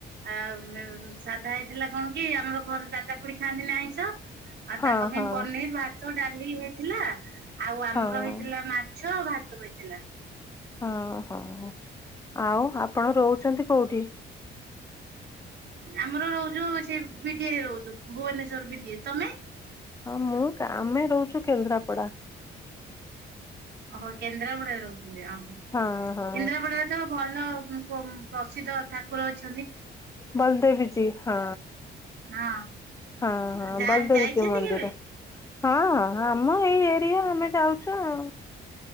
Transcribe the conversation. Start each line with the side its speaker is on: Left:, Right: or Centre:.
Right: ଆଉ ସାଧା ହେଇଥିଲା କଣ କି ଆମର ଘରେ ଦା ଦା ଖୁଡି ଖାଆନ୍ତି ନା ଆଇଁଷ ଆଉ
Left: ହଁ
Right: ତାଙ୍କ ପାଇଁ
Left: ହଁ
Right: ପନିର, ଭାତ, ଡାଲି ହେଇଥିଲା। ଆଉ ଆମର
Left: ହଁ
Right: ହେଇଥିଲା ମାଛ ଭାତ ହେଇଥିଲା।
Left: ହଁ ହଁ ଆଉ ଆପଣ ରହୁଛନ୍ତି କୋଉଠି?
Right: ଆମର ଯୁ ରହୁଛୁ ସେ ବିଟିଏ ରେ ରହୁଛୁ ଭୁବନେଶ୍ଵର ବିଟିଏ, ତମେ?
Left: ହଁ ମୁଁ ଆମେ ରହୁଛୁ କେନ୍ଦ୍ରାପଡା।
Right: ଓହୋ କେନ୍ଦ୍ରାପଡାରେ ରହୁଛନ୍ତି, ଅହୋ
Left: ହଁ ହଁ
Right: କେନ୍ଦ୍ରାପଡାରେ ଭଲ ପ୍ରସିଦ୍ଧ ଠାକୁର ଅଛି
Left: ବଲଦେବୀ ଯୀ ହଁ
Right: ହଁ
Left: ହଁ ହଁ
Right: ଯା
Left: ବଲଦେବଚି
Right: ଯାଇଛନ୍ତି
Left: ମନ୍ଦିର
Right: କେବେ?
Left: ହଁ ଆମ ଏଇ ଏରିଆ ଆମେ ଯାଉଛୁ ଆ